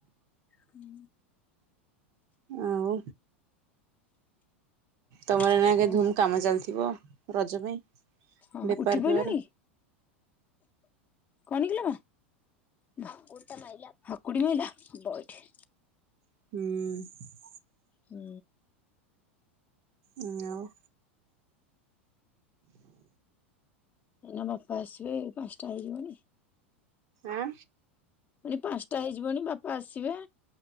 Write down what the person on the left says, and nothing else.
ହୁଁ।
ଆଉ
କଣ
ଓହୋ
ଉଠି ପଇଲୁଣି?
କଣ କିଲ? ହାକୁଟି ମାଇଲା ବ ଏଇଠି।
ହୁଁ।
ଏନା ବାପା ଆସିବେ ପାଞ୍ଚା ହେଇଯିବନି।
ପୁଣି ପାଞ୍ଚଟା ହେଇଯିବନି ବାପା ଆସିବେ।